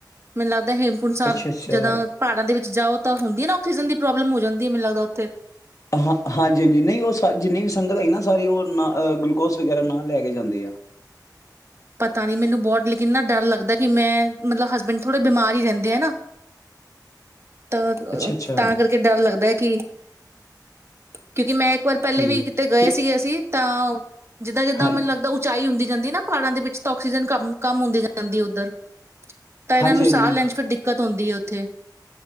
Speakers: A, on the right; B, on the left.
A: ਮੈਨੂੰ ਲੱਗ ਦਾਂ ਹੇਮਕੁੰਟ ਸਾਹਿਬ
B: ਅੱਛਾ ਅੱਛਾ
A: ਜਦੋਂ ਪਹਾੜਾਂ ਦੇ ਵਿੱਚ ਜਾਓ ਤਾਂ ਹੁੰਦੀ ਹੈ ਨਾ ਆਕਸੀਜਨ ਦੀ ਪ੍ਰੋਬਲਮ ਹੋ ਜਾਂਦੀ ਹੈ ਮੈਨੂੰ ਲੱਗਦਾ ਉੱਥੇ
B: ਹਾਂ, ਹਾਂਜੀ ਹਾਂਜੀ ਨਹੀਂ ਉਹ ਸ ਜਿੰਨੀ ਵੀ ਸੰਗਤ ਹੈਗੀ ਨਾ ਸਾਰੀ ਉਹ ਨਾ ਗਲੂਕੋਸ ਵਗੈਰਾ ਨਾਲ ਲੈ ਕੇ ਜਾਂਦੇ ਆ।
A: ਪਤਾ ਨੀ ਮੈਨੂੰ ਬਹੁਤ ਲੇਕਿਨ ਡਰ ਲੱਗਦਾ ਕਿ ਮੈਂ ਮਤਲਬ ਹਸਬੈਂਡ ਥੋੜੇ ਬਿਮਾਰ ਹੀ ਰਹਿੰਦੇ ਨਾ ਤਾਂ
B: ਅੱਛਾ ਅੱਛਾ
A: ਤਾਂ ਕਰਕੇ ਡਰ ਲੱਗਦਾ ਕਿ ਕਿਉਂਕਿ ਮੈਂ ਇੱਕ ਵਾਰ ਪਹਿਲੇ
B: ਠੀਕ
A: ਵੀ ਕਿਤੇ ਗਏ
B: ਤੇ
A: ਸੀਗੇ ਅਸੀਂ ਤਾਂ ਜਿੱਦਾਂ ਜਿੱਦਾਂ
B: ਹਾਂ
A: ਮੈਨੂੰ ਲੱਗਦਾ ਉਚਾਈ ਹੁੰਦੀ ਜਾਂਦੀ ਨਾ ਪਹਾੜਾਂ ਦੇ ਵਿੱਚ ਤਾਂ ਆਕਸੀਜਨ ਕਮ ਕਮ ਹੁੰਦੀ ਜਾਂਦੀ ਉੱਧਰ ਤਾਂ ਇਹਨਾਂ
B: ਹਾਂਜੀ
A: ਨੂੰ
B: ਹਾਂਜੀ
A: ਸਾਹ ਲੈਣ ਚ ਫਿਰ ਦਿੱਕਤ ਦਿੱਕਤ ਹੁੰਦੀ ਹੈ ਉੱਥੇ